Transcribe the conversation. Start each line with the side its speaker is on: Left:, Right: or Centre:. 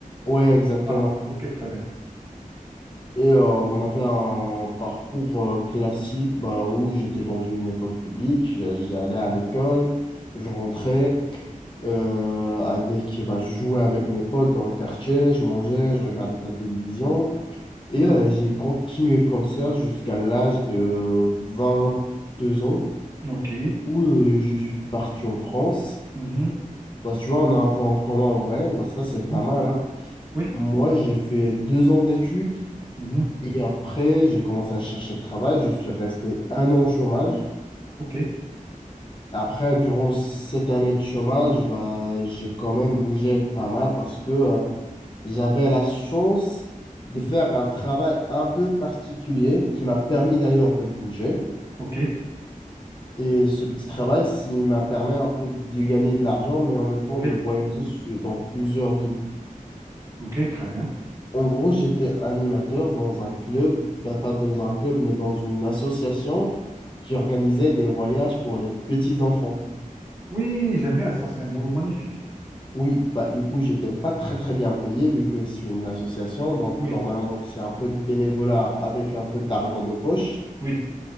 Left: Ouais, exactement.
Right: Voilà, ok, très bien.
Left: Et euh, on a fait un parcours euh, classique bah, où j'étais dans une école publique, j'a- j'allais
Right: Mhm.
Left: à l'école, je rentrais, euh, avec, bah, je jouais avec mes potes dans le quartier, je mangeais, je regardais de la télévision. Et
Right: Mhm.
Left: euh, j'ai continué comme ça jusqu'à l'âge de vingt deux ans.
Right: Ok.
Left: où euh, je suis parti en France.
Right: Mhm.
Left: Bah, tu vois, on a un point en commun en vrai. Bah, ça, c'est
Right: Mhm.
Left: pas mal, hein.
Right: Oui.
Left: Moi, j'ai fait deux ans d'études
Right: Mhm.
Left: et après, j'ai commencé à chercher de travail. Je suis resté un an au chômage.
Right: Ok.
Left: Après, durant cette année de chômage, bah, j'ai quand même bougé pas mal parce que euh, j'avais la chance de
Right: Mhm.
Left: faire un travail un peu particulier qui m'a permis d'ailleurs de bouger.
Right: Ok.
Left: Et ce petit travail, il m'a permis un peu de gagner de l'argent, mais en même temps
Right: Ok.
Left: de voyager sur- dans plusieurs villes.
Right: Ok, très bien.
Left: En gros, j'étais animateur dans un club, bah, pas dans un club, mais dans une association qui organisait des voyages pour les petits-enfants.
Right: Oui, j'aime bien. Ça, c'est un boulot magnifique.
Left: Oui, bah, du coup, j'étais pas très très bien payé vu que c'est une association, donc
Right: Oui.
Left: normalement, c'est un peu de bénévolat avec un peu d'argent de poche,
Right: Oui.